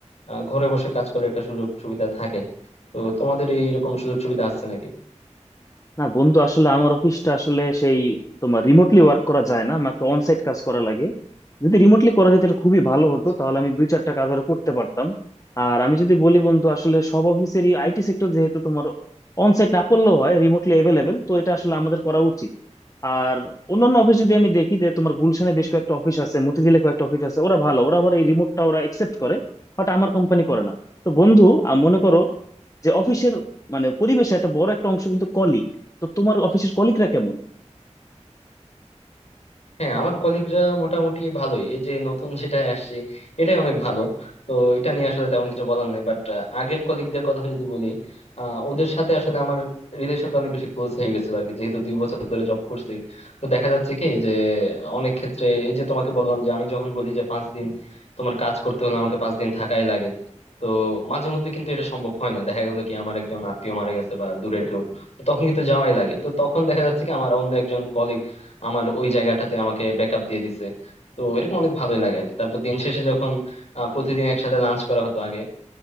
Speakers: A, on the left; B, on the left.
A: আহ, ঘরে বসে কাজ করার একটা সুযোগ সুবিধা থাকে তো তোমাদের এই এরকম সুযোগ সুবিধা আছে নাকি
B: না বন্ধু আসলে আমার অফিসটা আসলে সেই তোমার রিমোটলি ওয়ার্ক করা যায় না আমাকে অন সাইট কাজ করা লাগে যদি রিমোটলি করা যেত এটা খুবই ভালো হতো
A: আচ্ছা
B: তাহলে আমি দুই চারটা কাজ আরো করতে পারতাম আর আমি যদি বলি বন্ধু আসলে সব অফিসেরই আইটি সেক্টর যেহেতু তোমার অন সাইট না করলেও হয় রিমোটলি অ্যাভেলেবেল তো এটা আসলে আমাদের করা উচিত আর অন্যান্য অফিস যদি আমি দেখি যে তোমার গুলশানে বেশ কয়েকটা অফিস আছে মতিঝিলে কয়েকটা অফিস আছে ওরা ভালো ওরা আবার এই রিমোটটা ওরা একসেপ্ট করে বাট আমার কোম্পানি করে না তো বন্ধু আহ, মনে করো যে অফিসের মানে পরিবেশে একটা বড় একটা অংশ কিন্তু কলিগ তো তোমার অফিসের কলিগরা কেমন
A: হ্যাঁ আমার কলিগরা মোটামুটি ভালোই এই যে নতুন যেটা আসছে এটাই অনেক ভালো তো এটা নিয়ে আসলে তেমন কিছু বলার নেই বাট আগের কলিগদের কথা যদি বলি আহ, ওদের সাথে আসলে আমার রিলেশনটা অনেক বেশি ক্লোজ হয়ে গেছিল আর কি যেহেতু দুই বছর ধরে জব করছি তো দেখা যাচ্ছে কি যে অনেক ক্ষেত্রে এই যে তোমাকে বললাম যে আমি যখন বলি যে পাঁচ দিন তোমার কাজ করতে হলে আমাকে পাঁচ দিন থাকাই লাগে তো মাঝে মধ্যে কিন্তু এটা সম্ভব হয় না দেখা গেলো কি আমার একজন আত্মীয় মারা গেছে বা দূরের কেউ তো তখন কিন্তু যাওয়াই লাগে তো তখন দেখা যাচ্ছে কি আমার অন্য একজন কলিগ আমার ওই জায়গাটাতে আমাকে ব্যাকআপ দিয়ে দিছে তো এরকম অনেক ভালোই লাগে আর কি তারপর দিন শেষে যখন আহ, প্রতিদিন একসাথে লাঞ্চ করা হতো আগে